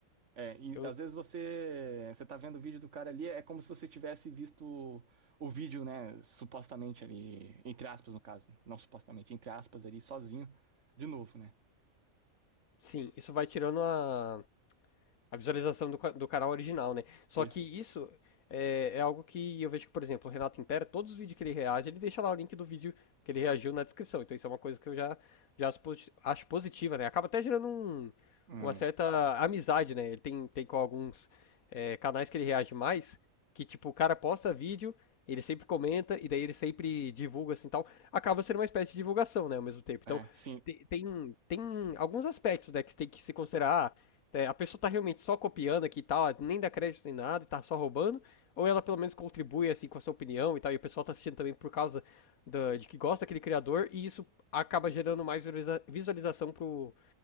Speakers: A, on the right; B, on the left.
A: É, e
B: Eu,
A: às vezes você você tá vendo o vídeo do cara ali, é como se você tivesse visto o vídeo, né, supostamente ali, entre aspas no caso, não supostamente, entre aspas ali, sozinho, de novo, né?
B: sim, isso vai tirando a, A visualização do, ca- do canal original, né? Só
A: Isso.
B: que isso é, é algo que eu vejo que, por exemplo, o Renato Impera, todos os vídeos que ele reage, ele deixa lá o link do vídeo que ele reagiu na descrição. Então isso é uma coisa que eu já, já acho posi- acho positiva, né? Acaba até gerando um-
A: Hum,
B: uma certa amizade, né? Ele tem, tem com alguns é, canais que ele reage mais, que tipo, o cara posta vídeo, ele sempre comenta, e daí ele sempre divulga assim tal. Acaba sendo uma espécie de divulgação, né? Ao mesmo tempo. Então
A: é, sim.
B: te- tem, tem alguns aspectos, né, que você tem que se considerar. Ah, é, a pessoa tá realmente só copiando aqui e tal, nem dá crédito nem nada, e tá só roubando, ou ela pelo menos contribui assim com a sua opinião e tal, e o pessoal tá assistindo também por causa da- de que gosta daquele criador, e isso acaba gerando mais visualiza- visualização pro